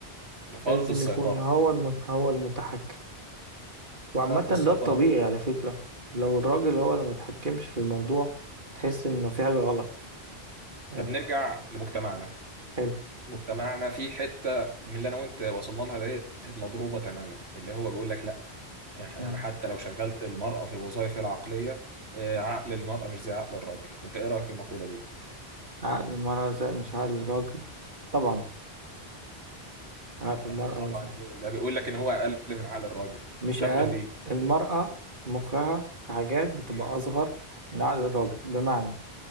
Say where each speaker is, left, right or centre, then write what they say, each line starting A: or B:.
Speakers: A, on the right; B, on the right.
A: فرض
B: لازم
A: السيطره
B: يكون هو الم... هو المتحكم وعامة
A: فرض السيطرة
B: ده الطبيعي على فكرة لو الراجل هو اللي متحكمش في الموضوع تحس إنه في حاجة غلط فاهم
A: طب نرجع لمجتمعنا
B: حلو
A: مجتمعنا في حتة من اللي أنا وأنت وصلنا لها ديت مضروبة تماما اللي هو بيقول لك لأ يعني
B: مم.
A: أنا حتى لو شغلت المرأة في الوظائف العقلية آه، عقل المرأة مش زي عقل الراجل أنت إيه رأيك في المقولة دي؟
B: عقل المرأة زي مش عقل الراجل طبعا عقل
A: ط-
B: المرأة
A: طبعا
B: مش زي
A: إيه ده بيقول لك إن هو أقل من عقل الراجل
B: مش
A: تبا
B: أقل
A: ليه؟
B: المرأة مخها في حاجات بتبقى
A: مم.
B: أصغر من عقل الراجل بمعنى